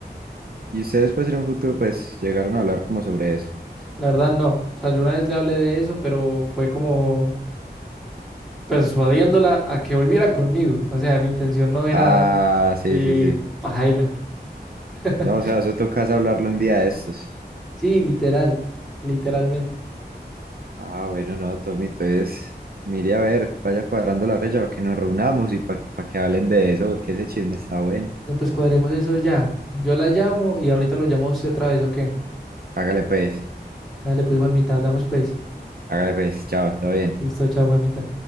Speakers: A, on the right; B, in the centre.
A: Y ustedes pues en un futuro pues llegaron a hablar como sobre eso.
B: La verdad no, o sea, yo una vez le hablé de eso, pero fue como persuadiéndola a que volviera conmigo, o sea, mi intención no era,
A: Ah,
B: sí,
A: sí, sí, sí.
B: pajaila. <laughs>
A: No, o sea, eso tocas hablarlo un día de estos.
B: Sí, literal, literalmente.
A: Ah, bueno, no, Tommy, entonces mire a ver, vaya cuadrando la fecha para que nos reunamos y para que hablen de eso, porque ese chisme está bueno.
B: No, pues cuadremos eso ya. Yo la llamo y ahorita lo llamo a usted otra vez, ¿o qué?
A: Hágale pues,
B: Dale, pues Juanmita, hablamos pues.
A: hágale pues, chao, está bien.
B: Listo, chao, Juanmita.